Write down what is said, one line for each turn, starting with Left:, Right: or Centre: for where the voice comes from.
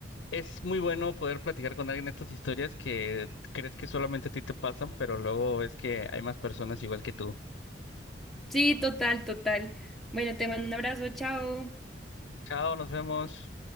Left: Es muy bueno poder platicar con alguien estas historias que crees que solamente a ti te pasan, pero luego ves que hay más personas igual que tú.
Centre: Sí, total, total. Bueno, te mando un abrazo, chao.
Left: Chao, nos vemos.